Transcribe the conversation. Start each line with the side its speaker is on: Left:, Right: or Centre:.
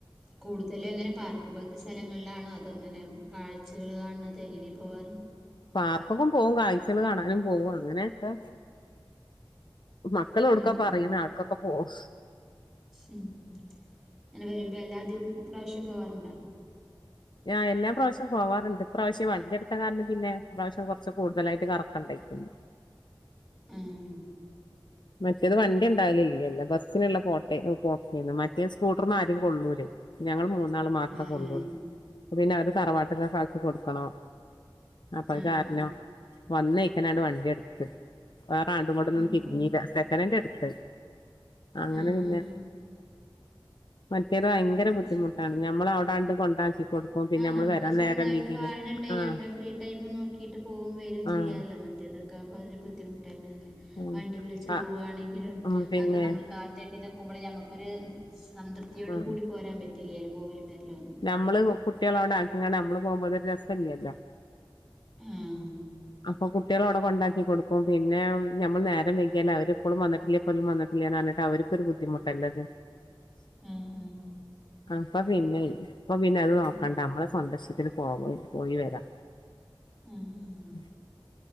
Centre: കൂടുതലും എങ്ങനെ പാർക്ക് പോലത്തെ സ്ഥലങ്ങളിലാണോ അതെങ്ങനെ കാഴ്ചകൾ കാണ കാണ് ണതോ എങ്ങനെയാ പോവാറ്
Left: ാർക്കൊക്കെ പോും കാഴ്ചകള് കാണാനും പോകും അങ്ങനെയൊക്കെ മക്കളെടുക്കാ
Centre: ഉം
Left: പറയുന്ന
Centre: ഉം
Left: അവ്ടക്കൊക്കെ പോും
Centre: ഉം അങ്ങനെ വരുമ്പോ എല്ലാ ദി പ്രാവശ്യം പോവാറുണ്ട
Left: ആഹ് എല്ലാം പ്രാവശ്യ പോവാറുണ്ട് ഇപ്രാവശ്യം വണ്ടിയെടുത്ത കാരണം പിന്നെ ഇപ്രാവശ്യം കുറച്ച് കൂടുതലായിട്ട് കറക്കണ്ടായിരിന്നു
Centre: ഉം
Left: മറ്റേത് വണ്ടി ഉണ്ടാവലില്ലല്ലോ ബസിനുള്ള പോട്ട പോക്കേന്ന് മറ്റേ സ്കൂട്ടർമെ ആരേ കൊള്ളൂലേ ഞങ്ങൾ മൂന്നാള് മാത്രേ
Centre: ആഹ്
Left: കൊള്ളുള്ളൂ
Centre: ആഹ്
Left: പിന്നെ അവര് തറവാട്ട്ക്കൊക്ക ആക്കി കൊടുക്കണം അപ്പത്
Centre: ആഹ് ആഹ്
Left: കാരണം വന്നയ്കണ്ട് വണ്ടി എടുത് വേറാണ്ടും കൊണ്ടൊന്നും
Centre: ആഹ്
Left: തിരിഞ്ഞില്ല സെക്കനൻഡ് എടുത്ത് അങ്ങനെ
Centre: ആഹ് ആഹ്
Left: പിന്നെ
Centre: ആഹ്.
Left: മറ്റേത് ഭയങ്കര
Centre: അത്
Left: ബുദ്ധിമുട്ടാണ്
Centre: ശരി
Left: ഞമ്മൾ അവിടാണ്ട് കൊണ്ടാക്കി കൊടുക്കും പിന്നെ
Centre: ആഹ്
Left: നമ്മള്
Centre: നമുക്ക്
Left: വരാൻ
Centre: സ്വന്തായിട്ട്
Left: നേരം വീതിയില്
Centre: വാഹന ഉണ്ട്യ
Left: ആഹ്
Centre: നമ്മളെ ഫ്രീ ടൈം നോക്കിയിട്ട് പോവും വരും
Left: ആഹ്
Centre: ചെയ്യാലോ മറ്റേത് <unintelligible> ബുദ്ധിമുട്ടന്നെല്ലേ
Left: ഉം
Centre: വണ്ടി വിളിച്ച്
Left: ആഹ്
Centre: പോവാണെങ്കിലും
Left: ഉം പിന്നെ
Centre: അതക്കെ നമ്മൾ കാത്തട്ട് ഇതൊ ക്കുമ്പോൾ നമുക്കൊരു സംതൃപ്തിയോട്
Left: ഉം
Centre: കൂടി പോരാൻ പറ്റിയില്ലല്ലോ പോവലും വരലോ ഒന്നും
Left: നമ്മള് കുട്ടികള അവിടെ ആക്കിങ്കണ്ട് നമ്മള് പോകുമ്പോ അത് ഒരു രസല്ലല്ലോ
Centre: ആഹ്
Left: അപ്പൊ കുട്ടികളോവിടെ കൊണ്ടാക്കി കൊടുക്കും പിന്നെ ഞമ്മൾ നേരം വൈകിയാലും അവരിപ്പോഴും വന്നിട്ടില്ലേ ഇപ്പോഴും വന്നിട്ട് ഇല്ലെന്ന് പറഞ്ഞിട്ട് അവർക്കൊരു ബുദ്ധിമുട്ടല്ലത്
Centre: ആഹ് ആഹ്
Left: അപ്പൊ പിന്നെ അപ്പൊ പിന്നെ അത് നോക്കണ്ട
Centre: ഉം
Left: നമ്മള സ്വന്തം ഇഷ്ടത്തിന് പോവാം പോയി വരാം
Centre: ഉം ഉം
Left: ഉ